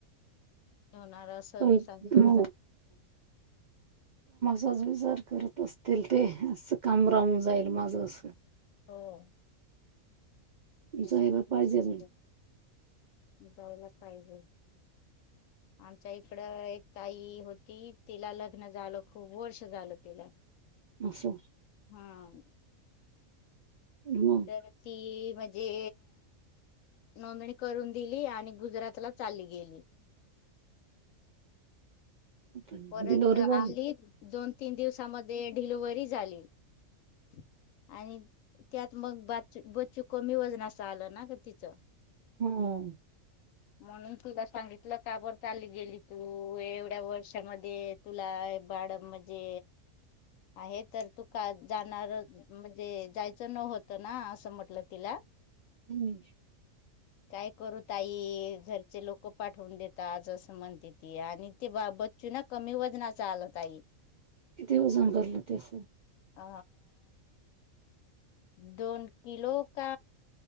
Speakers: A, on the left; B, on the right.
A: होणार असं
B: का
A: विसार
B: मग <unintelligible>
A: करतात.
B: तोच विचार करत असतील ते, असं काम रावून जाईल माझं अस
A: हो. अस
B: जायला
A: विचार
B: पाहिजे ना
A: जायला पाहिजे <unintelligible> हा <inaudible> आमच्या इकड एक ताई होती, तिला लग्न झालं खूप वर्ष झालं तिला.
B: असं
A: हा.
B: मग
A: तर ती, म्हणजे नोंदणी करून दिली, आणि गुजरातला चालली गेली. हा हा हा <inaudible>
B: आता
A: परत
B: डिलिव्हरी
A: आली,
B: झाली
A: दोन, तीन, दिवसामध्ये डिलव्हरी झाली. हा <inaudible> आणि त्यात मग, बच बच्चू कमी वजन असं आलं ना, का तिचं
B: हम्म.
A: म्हणून तुला सांगितलं, काबर चाली गेली तू एवढ्या वर्ष त्यामध्ये तुला बाड म्हणजे आहे तर त <unintelligible> का जाणार म्हणजे, जायचं न होतं ना, असं म्हटलं तिला.
B: हम्.
A: काय करू ताई, घरचे लोक पाठवून देतात आज. म्हणते ती, आणि ते बच्चूना कमी वजनाचा आला ताई.
B: किती वाजन भरला त्याचे?
A: अ, दोन किलो का?